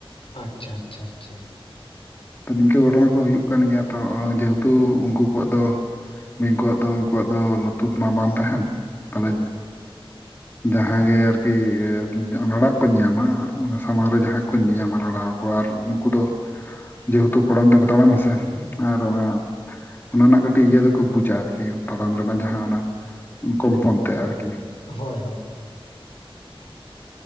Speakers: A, on the left; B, on the left.
A: ᱟᱪᱪᱷᱟ ᱟᱪᱪᱷᱟ ᱟᱪᱪᱷᱟ ᱾
B: ᱛᱚ ᱱᱤᱝᱠᱟᱹ ᱜᱷᱚᱴᱚᱱᱟ ᱠᱚ ᱦᱩᱭᱩᱜ ᱠᱟᱱ ᱜᱮᱭᱟ ᱾ ᱛᱚ ᱡᱮᱦᱮᱛᱩ ᱩᱱᱠᱩ ᱠᱚᱣᱟᱜ ᱫᱚᱼᱼ ᱵᱤᱧ ᱠᱚᱣᱟᱜ ᱫᱚ ᱩᱱᱠᱩᱣᱟᱜ ᱫᱚ ᱞᱩᱛᱩᱨ ᱢᱟ ᱵᱟᱝ ᱛᱟᱦᱮᱱ ᱛᱟᱦᱚᱞᱮᱼᱼ ᱡᱟᱦᱟᱸᱭ ᱜᱮ ᱟᱨᱠᱤ ᱨᱟᱲᱟᱜ ᱠᱚ ᱧᱮᱧᱟᱢᱟ ᱢᱟᱱᱮ ᱥᱟᱢᱟᱝ ᱨᱮ ᱡᱟᱦᱟᱸ ᱜᱮ ᱠᱚ ᱧᱮᱧᱟᱢᱟ ᱨᱟᱲᱟᱣ ᱠᱚ ᱟᱨᱼᱼ ᱩᱱᱠᱩ ᱫᱚ ᱡᱮᱦᱮᱛᱩ ᱠᱚᱲᱟᱢ ᱛᱮᱠᱚ ᱛᱟᱲᱟᱢ ᱟᱥᱮ ᱾ ᱟᱨ ᱚᱱᱟᱼᱼ ᱚᱱᱟ ᱨᱮᱱᱟᱜ ᱠᱟᱹᱴᱤᱡ ᱤᱭᱟᱹ ᱫᱚᱠᱚ ᱵᱩᱡᱟ ᱾ ᱟᱨᱠᱤ ᱛᱟᱲᱟᱢ ᱨᱮᱱᱟᱜ ᱡᱟᱦᱟᱸ ᱚᱱᱟ ᱠᱚᱢᱯᱚᱱ ᱛᱮ ᱟᱨᱠᱤ ᱾
A: ᱦᱳᱭ ᱦᱳᱭ ᱾